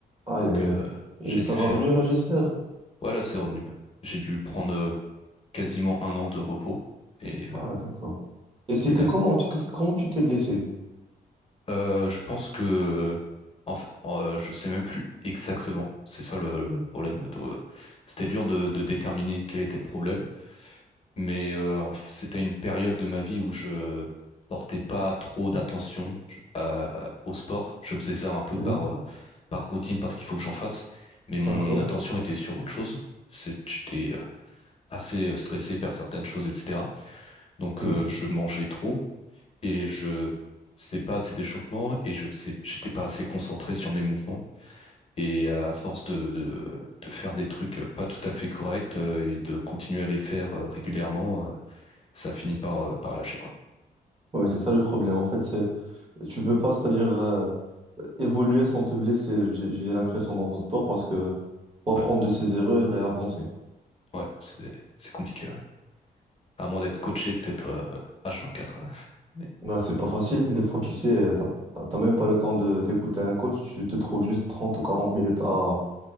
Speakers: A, on the right (about 35°); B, on the left (about 40°).
A: Aïe,
B: Donc,
A: aïe,
B: euh,
A: aïe. Et
B: j'ai
A: ça
B: dû faire.
A: va mieux là, j'espère.
B: Voilà, c'est revenu. J'ai dû prendre
A: Oui.
B: euh, quasiment un an de repos. Et, euh,
A: Ah, d'accord. Et c'était
B: et là, là,
A: comment?
B: ça.
A: Tu- qu'est-ce- Comment tu t'es blessé?
B: Euh, je pense que. euh, Enfin, euh, je sais même plus exactement. C'est ça le, le problème. Euh, C'était dur de de déterminer quel était le problème. Mais euh, en f- c'était une période de ma vie où je portais pas trop d'attention je- à- au sport. Je faisais ça un peu
A: Oui,
B: par, euh, par routine parce qu'il faut que j'en fasse. Mais mon
A: d'accord.
B: mon attention était sur autre chose. C'est- J'étais euh, assez euh, stressé par certaines choses, etc. Donc
A: Ok.
B: euh, je mangeais trop et je faisais pas assez d'échauffement et je faisais, j'étais pas assez concentré sur mes mouvements. Et à force de, de, de faire des trucs euh, pas tout à fait corrects euh, et de continuer à les faire euh, régulièrement, ça finit par, euh, par lâcher, quoi.
A: Ouais, c'est ça le problème. En fait, c'est Tu peux pas, c'est-à-dire euh, évoluer sans te blesser, j'ai j'ai l'impression dans ton sport, parce que faut apprendre
B: Ouais,
A: de ses erreurs et avancer.
B: ouais, c'est, c'est compliqué, ouais. À moins d'être coaché peut-être euh, H24. ouais. <laughs> Mais
A: Bah, c'est pas facile, des fois, tu sais, euh, t'as t'as même pas le temps de d'écouter un coach, tu te trouves juste 30 ou 40 minutes à,